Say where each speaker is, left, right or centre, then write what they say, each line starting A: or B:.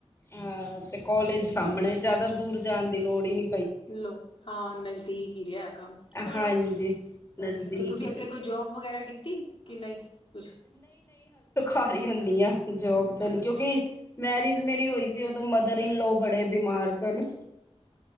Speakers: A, on the left; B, on the left.
A: ਹਾਂ ਤੇ ਕਾਲਜ ਸਾਹਮਣੇ ਜ਼ਿਆਦਾ ਦੂਰ ਜਾਣ ਦੀ ਲੋੜ ਹੀ ਨੀ
B: ਲੋ ਹਾਂ ਨਜ਼ਦੀਕ ਹੀ ਰਿਹਾ ਕੰਮ ਚਲੋ
A: ਹਾਂਜੀ ਨਜ਼ਦੀਕ
B: ਵਧੀਆ ਤੇ ਤੁਸੀਂ
A: ਹੀ
B: ਅੱਗੇ ਕੋਈ ਜੋਬ ਵਗੈਰਾ ਕੀਤੀ ਕਿ ਨਹੀਂ ਕੁਛ
A: ਘਾਰ ਹੀ ਹੁਣੀ ਆ ਜੋਬ ਤੇ ਲਈ
B: ਅੱਛਾ
A: ਕਿਉਂਕਿ ਮੈਰਿਜ ਮੇਰੀ ਹੋਈ ਸੀ ਉਦੋਂ ਮਦਰ ਇਨਲੋ ਬੜੇ ਬਿਮਾਰ ਸਨ।
B: <unintelligible>